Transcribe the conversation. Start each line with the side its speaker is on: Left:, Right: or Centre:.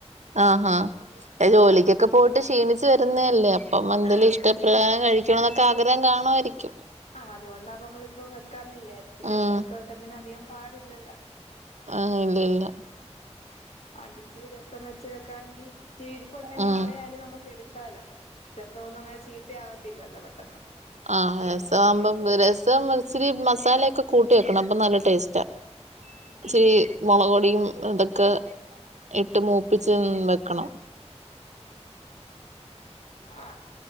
Right: ആഹ് ആഹ്
Left: അങ്ങനെ
Right: ജോലിക്കൊക്കെപോയിട്ട്
Left: അതിനല്ലേ
Right: ക്ഷീണിച്ചുവരുന്നതല്ലേ അപ്പമെന്തേലും
Left: ആഹ് അപ്പ
Right: ഇഷ്ടപ്രകാര
Left: ഇച്ചിരി
Right: കഴിക്കാണോന്നൊക്കെ ആഗ്രഹം കാണുവായിരിക്കും.
Left: ആഹ് അതുകൊണ്ടാപ്പ മ്മളിപ്പം വെക്കാന്ന് വിയാരിച്ചു രെസൊക്കെ
Right: ഉം
Left: വെക്കുന്നതിന് അധികംപാടില്ലല്ലോ.
Right: ആഹ് ഇല്ല ഇല്ല
Left: ആഹ് ആണ്ടിച്ചിരി രെസം വെച്ചേക്കാങ്കിൽ ഇച്ചിരിഇരുപ്പുണ്ടെ
Right: ഉം
Left: നാളെആയാലും നമുക്ക് എടു ക്കാലോ രെസോന്നും അങ്ങനെ ചീത്തേയാവത്തില്ലല്ലോ പെട്ടെന്ന്
Right: ആഹ് രെസമാവുമ്പം രെസംഇച്ചിരി മസാലൊക്കെ കൂട്ടിവെക്കണം അപ്പൊ നല്ലടേസ്റ്റാ.
Left: ഉം
Right: ഇച്ചിരി മുളകൊടിയും ഇതൊക്കെഇട്ട് മൂപ്പിച്ച് വെക്കണം.
Left: ആഹ്